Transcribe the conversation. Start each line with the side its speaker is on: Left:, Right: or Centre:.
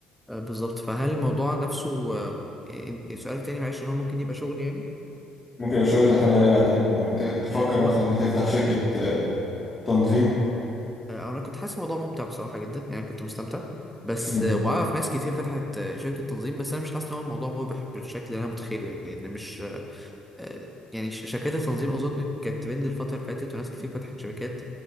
Centre: آه بالظبط فهل الموضوع نفسه آه إن- سؤالك تاني معلش إن هو ممكن يبقى شغل يعني
Left: ممكن الشغل تعتمد عليه بعدين او ت- تفكر
Centre: آه هو
Left: مثلا انت تفتح شركة آه، تنظيم
Centre: آه أنا كنت حاسس الموضوع ممتع بصراحة جدا يعني كنت مستمتع بس
Left: مم.
Centre: آه، وأعرف ناس كتير فتحت آه، شركة تنظيم بس أنا مش حاسس إن هو الموضوع مربح بالشكل اللي أنا متخيله يعني لأن مش آه، يعني ش- شركات التنظيم اظن كانت ترند الفتره اللي فاتت وناس كتير فتحت شركات